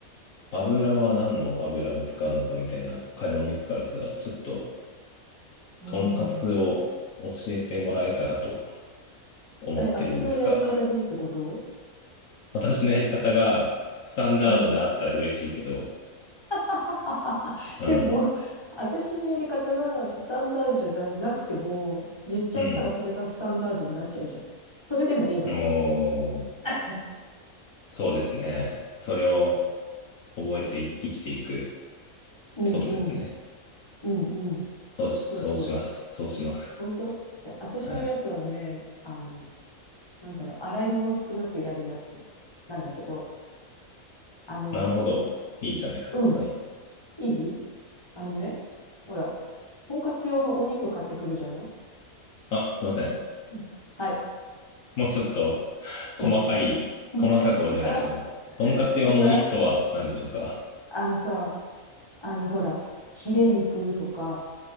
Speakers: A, on the left; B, on the left.
A: 油は何の油を使うのかみたいな買い物行くからさ、ちょっと、
B: あ、
A: とんかつを教えてもらえたらと
B: あ
A: 思ってるんですが、
B: あ。え、私のやり方でいいってこと
A: 私のやり方がスタンダードであったら嬉しいけど、
B: うん。<laughs>
A: うん。
B: でも、私のやり方がスタンダードじゃなくても、言っちゃったらそれがスタンダードになっちゃうじゃん。
A: うん。
B: それでもいいのね。
A: おー
B: <laughs>
A: そうですね。それを覚えてい生きていくっ
B: うんうん。
A: てことですね。
B: うんうん。
A: そうし、
B: そうそう。
A: そうします。そうします。
B: 本当で、私のやつはね、
A: はい。
B: あの、なんだろう、洗い物少なくやるやつなんだけど、あの、
A: なるほど。いいじゃないですか。
B: うん、
A: はい。
B: いいあのね、ほら、とんかつ用のお肉買ってくるじゃない
A: あ、すいません。
B: うんはい。
A: もうちょっと細かい、
B: <laughs>
A: 細かくお願いします。
B: え、そっから、
A: とんかつ用のお肉とは何でしょうか
B: そっから、あのさ、あの、ほら、ヒレ肉とか